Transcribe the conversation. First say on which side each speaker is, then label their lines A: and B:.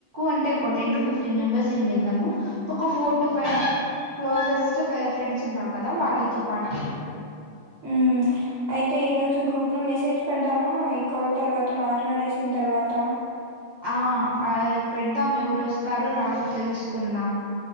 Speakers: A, on the right; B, on the right.
A: అంటే ఒక టెన్ టు ఫిఫ్టీన్ మెంబర్స్ ఏమి వెళ్ళము ఇప్పు ఒక four to five closest friends సా కదా వాళ్ళు పాటీ
B: హ్మ్ అయితే ఈ రోజు గ్రూప్ లో మెసేజ్ పెడదామ ఈ కాల్ తర్వాత మాట్లాడేసిన తర్వాత
A: ఆ అ పెడదాం ఎవరు వస్తారో రారు తెలుసుకుందాం